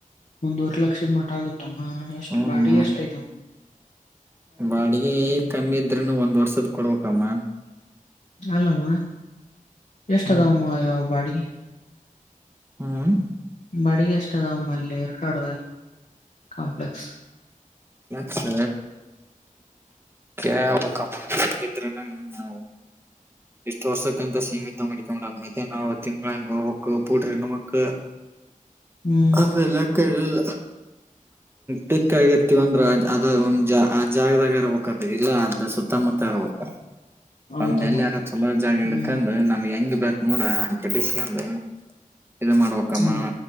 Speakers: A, on the left; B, on the right.
A: ಒಂದವರ್ ಲಕ್ಷದ ಮಟ್ಟ ಆಗ ತಮ್ಮ ಎಷ್ಟು
B: ಹ್ಮ್
A: ಬಾಡಿ ಎಷ್ಟ ಆಯ್ತ
B: ಬಾಡಿಗೆ ಕಮ್ಮಿ ಇದ್ರೂನು ಒಂದ್ ವರ್ಷದ ಕೊಡ್ಬೇಕಮ್ಮ
A: ಅಲ್ಲಮ್ಮ ಎಷ್ಟ
B: ಹ್ಮ್
A: ಅದಮ್ಮ ಒಬ್ ಬಾಡಿಗೆ
B: ಹ್ಮ್
A: ಹೂ ಬಡಿಿಗೆ ಎಷ್ಟದ ಅವಮ್ಮಲ್ಲಿರ್ಡದಾಗ ಕಾಂಪ್ಲೆಕ್ಸ್
B: ಕ ಹೇಳಬೇಕಪ್ಪ ಇದ್ರೂನು ನಾ ಇಷ್ಟು ವರ್ಷಕ್ಕಂತ ಸೀಮಿತ ಮಾಡವಿ ನಾವು ತಿಂಗ್ಟ ನಮಗೆ
A: ಹ್ಮ್
B: ಆೇಲ್ಲಕ್ಕಡೆಲ್ಲ ಬೆಕ್ಕ ಆಗತ್ತ ಂದ್ರ ಅದ ಒಂದ್ ಆ ಜಾಗದಾಗರ ಬ ಇಲ್ಲ ಅ ಸುತ್ತಮುತ್ತ ಇರ್ಬೇಕ
A: ಹೌದಮ್ಮ
B: ಒಂದ ಎಲ್ಲಾರ ಚಲೋ ಜಾಗ ಇಡ್ಕಂಡ್
A: ಹ್ಮ್
B: ನಮ್ಗೆ ಹೆಂಗ ಬೇಕ್ ನೋಡ ಹಾಂಗ್ ಇ ಮಾಡ್ಬೇಕಮ್ಮ
A: ಹ್ಮ್